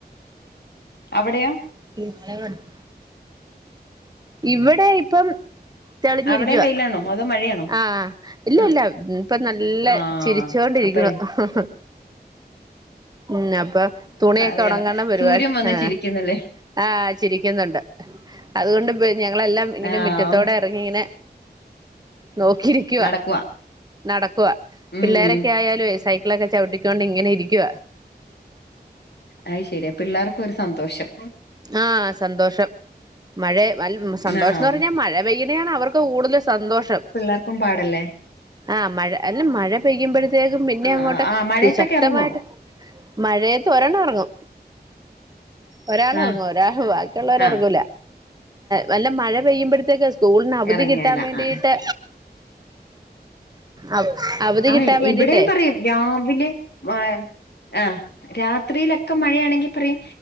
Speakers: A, on the left (about 75°); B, on the right (about 25°).
A: അവിടെയോ
B: <unintelligible> ങ്ങളെ ക ഇവിടെ ഇപ്പം തെളിഞ്ഞിരിക്കുവ
A: അവിടെയും വെയിലാണോ അതോ മഴയാണോ
B: ആഹ് ഇല്ല
A: ആഹ്
B: ഇല്ല ഇപ്പൊ നല്ല
A: ആഹ്
B: ചിരിച്ചുകൊണ്ടിരിക്കുണു
A: അപ്പഴ്
B: ഉ ഹുഹു ഉം അപ്പൊ തുണിയൊക്കെ
A: നേരാ
B: ഉണങ്ങ്ണ പരിപാടി
A: സൂര്യൻ വന്ന്
B: ആഹ്
A: ചിരിക്കുന്നല്ലേ
B: ആ ചിരിക്കുന്നുണ്ട് അതുകൊണ്ട് പേ ഞങ്ങളെല്ലാം ഇങ്ങനെ
A: ആഹ്
B: മിറ്റത്തോടെ <unintelligible> നെ നോക്കിരിക്കുവാ
A: നടക്കുവാ
B: നടക്കുവ
A: ഉം
B: പിള്ളോരൊക്കെ ആയാലുവെ സൈക്കിളൊക്കെ ചവിട്ടി ക്കോ ണ്ട് ഇങ്ങനെ ഇരിക്കുവ
A: അയ് ശരി പിള്ളേർക്കൊരു സന്തോഷം
B: ആഹ സന്തോഷം മഴ വ സന്തോഷംന്ന്
A: ആഹ്
B: പറഞ്ഞാ മഴ പെയ്യ്ണേ ആണ് അവർക്ക് കൂടുതൽ സന്തോഷം
A: ഒപ്പം പാടല്ലേ
B: ആഹ മഴ അല്ല മഴ പെയ്യുമ്പോഴത്തേക്കും പിന്നെ
A: ആഹ്
B: അങ്ങോട്ട്
A: ആഹ് ആഹ് മഴയത്തൊക്കെ
B: ശക്തമായിട്ട്
A: ഇറങ്ങുവോ
B: മഴയത്ത് ഒരെണ്ണം എറങ്ങും ഒരാള്
A: ആഹ്
B: എറങ്ങ് ഒരാഹ് ബാക്കിയുള്ളവരെറങ്ങൂല
A: ആഹ്
B: നല്ല മഴ പെയ്യുമ്പോഴത്തേക്ക് സ്കൂൾന് അവധി
A: ഇറങ്ങേല
B: കിട്ടാൻ വേണ്ടീട്ട്
A: ആ
B: അവ അവധി
A: ആഹ്
B: കിട്ടാൻ വേണ്ടിട്ടേ
A: ഇവിടെയും പറയും രാവിലെ മഴ ആ രാത്രിയിലൊക്കെ മഴയാണെങ്കി പറയും